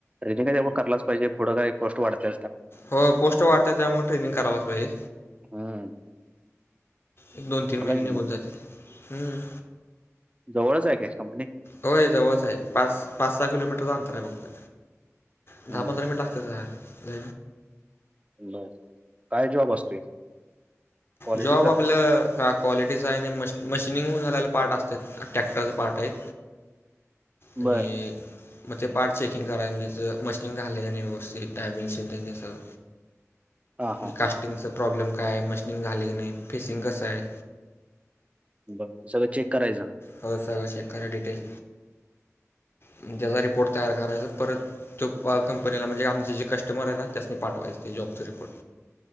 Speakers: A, on the right; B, on the left.
A: रिंगयवण कलाच पाहिजे पुढं काही पोस्ट वाढते
B: हो पोस्ट वाढत त्यामुळे ट्रेनिंग करालाच पाहिजे
A: हम्
B: एक दोन तीन महिने निघून
A: की मग
B: जातील हम्म
A: जवळच आहे कश कंपनी
B: होय जवळच आहे पाच पाच सहा किलोमीटरचं अंतर आहे फघत दहा
A: हम्म
B: पंधरा मिनिट लागत
A: ब काय जवाब असतोय क्वालिटीचा
B: जॉब आपल्या का क्वालिटीचं आहे मश मशिनिंगऊन झालेला पार्ट असतते टॅक्टरचं पार्ट आहेत आणि
A: बर
B: मग ते पार्ट चेकिंग कराय म्हजे मशीन घाले नाही व्यस्थित टयमिंग्स त्यांच्या सगळं
A: हा हा
B: म्हणजे कास्टिंगचा
A: हा
B: प्रॉब्लेम काय आहे मशिनिंग झाले की नाही फेसिंग कसं आहे
A: बरं ते सगळं चेक करायचं
B: हो सगळं चेक करा डिटेल त्या्याचा रिपोर्ट तयार करायचा परत तो कंपनीला म्हणजे आमचे जे कस्टमर आहे ना त्यासनी पाठवायचें ते जॉबचा रिपोर्ट